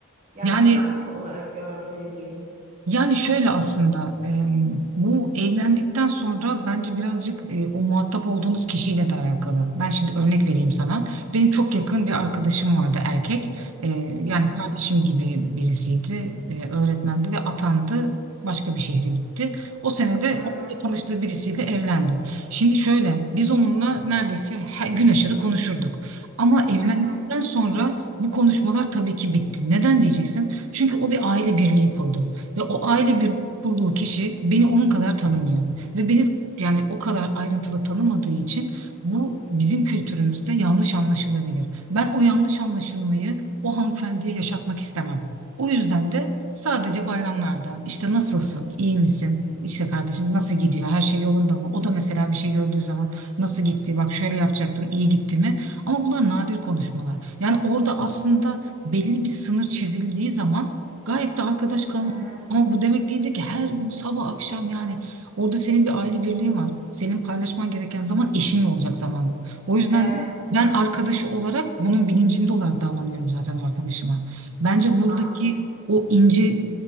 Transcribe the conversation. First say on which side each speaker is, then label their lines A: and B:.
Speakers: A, on the right; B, on the right.
A: Yani
B: Yani
A: kanka olarak gördüğü diyelim.
B: Yani şöyle aslında em, bu evlendikten sonra bence birazcık e, o muhatap olduğunuz kişiyle de alakalı. Ben şimdi örnek vereyim sana. Benim çok yakın bir arkadaşım vardı erkek. E, yani
A: Hı hı
B: kardeşim gibi birisiydi. E, öğretmendi ve atandı. Başka bir şehre gitti. O senede
A: hı hı
B: orada tanıştığı birisiyle evlendi. Şimdi şöyle biz onunla neredeyse her gün aşırı konuşurduk. Ama evlendikten
A: hı hı.
B: sonra bu konuşmalar tabii ki bitti. Neden diyeceksin? Çünkü o bir aile birliği kurdu. Ve o aile bir
A: Evet.
B: kurduğu kişi beni onun kadar tanımıyor. Ve beni yani o kadar ayrıntılı tanımadığı için bu bizim kültürümüzde yanlış anlaşılabilir. Ben o yanlış anlaşılmayı o hanımefendiye yaşatmak istemem. O yüzden de sadece bayramlarda işte nasılsın, iyi misin, işte kardeşim nasıl gidiyor, her şey yolunda mı? O da mesela bir şey gördüğü zaman nasıl gitti, bak şöyle yapacaktın, iyi gitti mi? Ama bunlar nadir konuşmalar. Yani orada aslında belli bir sınır çizildiği zaman gayet de arkadaş kalın
A: Hı hı.
B: ama bu demek değildi ki her gün sabah akşam yani orada senin bir aile birliğin var. Senin paylaşman gereken zaman eşinle olacak zamanda O yüzden
A: Evet
B: ben arkadaşı olarak bunun bilincinde olarak davranıyorum zaten arkadaşıma. Bence buradaki
A: anlıyorum.
B: o ince